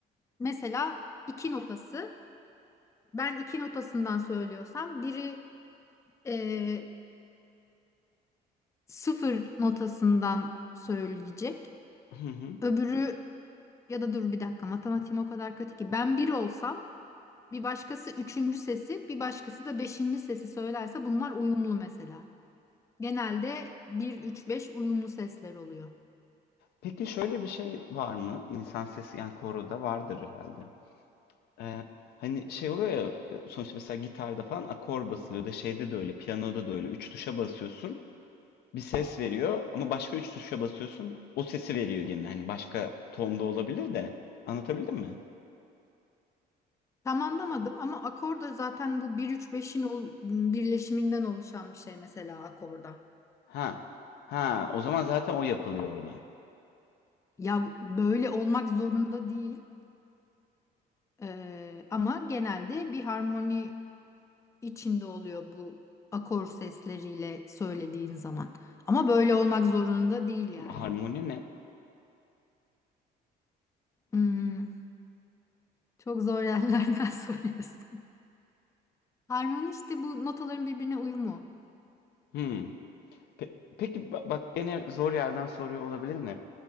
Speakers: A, on the left (about 15°); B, on the left (about 70°).
A: mesela iki notası, ben iki notasından söylüyorsam biri e, sıfır notasından söyleyecek.
B: hı hı.
A: Öbürü ya da dur bir dakika matematiğim o kadar kötü ki ben bir olsam bir başkası üçüncü sesi bir başkası da beşinci sesi söylerse bunlar uyumlu mesela. Genelde bir üç beş uyumlu sesler oluyor.
B: Peki şöyle bir şey var mı? İnsan sesi yani koroda vardır herhalde. Ee, hani şey oluyor ya sonuçta mesela gitarda falan akor basılıyor da şeyde de öyle piyanoda da öyle üç tuşa basıyorsun bir ses veriyor ama başka üç tuşa basıyorsun o sesi veriyor gene hani başka tonda olabilir de anlatabildim mi?
A: Tam anlamadım ama akorda zaten bu bir üç beşin birleşiminden oluşan bir şey mesela akorda.
B: Ha ha o zaman zaten o yapılıyor orada.
A: Ya böyle olmak zorunda değil Ee, ama genelde bir harmoni içinde oluyor bu akor sesleriyle söylediğin zaman. Ama böyle olmak zorunda değil yani.
B: Harmoni ne?
A: Hmm, çok zor yerlerden <laughs> soruyorsun. Harmoni işte bu notaların birbirine uyumu.
B: Hmm. Pe- peki ba- bak gene zor yerden soruyor olabilir mi?